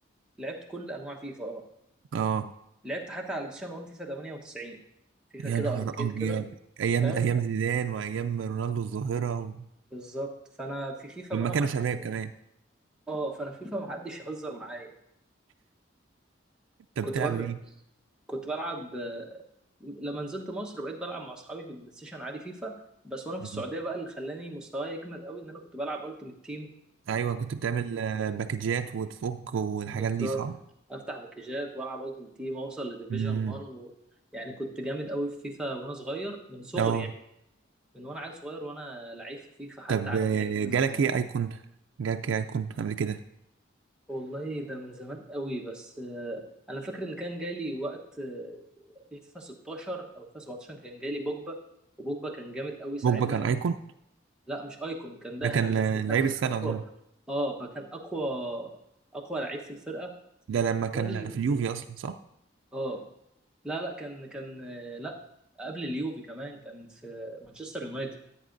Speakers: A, in the centre; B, on the right.
A: لعبت كل انواع فيفا اه
B: اه
A: لعبت حتى على بلاي 1 فيفا 98 فيفا
B: يا
A: كده
B: نهار
A: اركيد
B: ابيض
A: كده
B: ايام
A: فاهم
B: ايام زيدان وايام رونالدو الظاهره و...
A: بالظبط فانا في فيفا
B: لما
A: بقى
B: كانوا
A: ما
B: شباب
A: يعني
B: كمان
A: اه فانا فيفا ما حدش يهزر معايا
B: انت
A: كنت
B: بتلعب
A: برضه
B: بيه
A: كنت بلعب آه، لما نزلت مصر بقيت بلعب مع اصحابي في البلاي ستيشن عادي فيفا بس وانا في
B: مهم.
A: السعوديه بقى اللي خلاني مستواي يجمد قوي ان انا كنت بلعب التيمت تيم
B: ايوه كنت بتعمل آه، باكجات وتفك والحاجات
A: بالظبط
B: دي صح
A: افتح باكجات والعب التيم تيم اوصل لديفيجن
B: مم.
A: 1 و... يعني كنت جامد قوي في فيفا وانا صغير من صغري
B: اه
A: يعني من وانا عيل صغير وانا لعيب في فيفا حتى
B: طب
A: على
B: آه،
A: جيران
B: جالك
A: ولا
B: ايه ايكون جالك ايه ايكون قبل كده
A: والله ده من زمان قوي بس آه، انا فاكر ان كان جالي وقت آه، في فيفا 16 او فيفا 17 كان جالي بوجبا وبوجبا كان جامد قوي ساعتها
B: بوجبا كان ايكون
A: لا مش ايكون كان ذهبي
B: ده كان آه،
A: بس كان
B: لعيب السنة
A: اقوى
B: اظن
A: اه فكان اقوى اقوى لعيب في الفرقه
B: ده لما كان
A: جالي
B: في اليوفي اصلا صح
A: اه لا لا كان كان لا قبل اليوفي كمان كان في مانشستر يونايتد